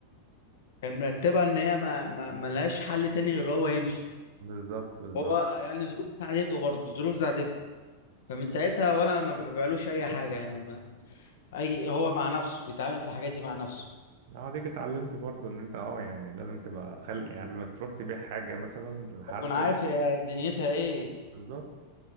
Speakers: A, on the left; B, on the right.
A: كان مرتبها ان هي ما ما ما لهاش حل تاني غير هو يمشي
B: بالظبط بالظبط
A: هو يعني الظروف ساعدته برضه الظروف ساعدته فمن ساعتها وانا ما ببيعلوش اي حاجه يعني ما ما اي هو مع نفسه بيتعامل في الحاجات دي مع نفسه
B: لو عليك اتعلمت برضه ان انت اه يعني لازم تبقى خلق يعني قبل ما تروح تبيع حاجه مثلا لحد
A: اكون عارف هي دنيتها ايه
B: بالظبط